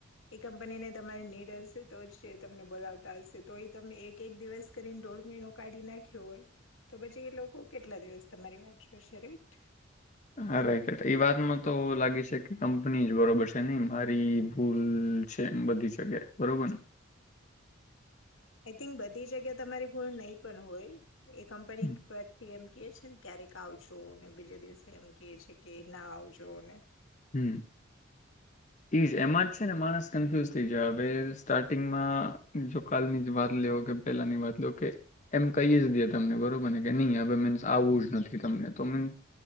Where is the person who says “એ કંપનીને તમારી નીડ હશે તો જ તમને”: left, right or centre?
Left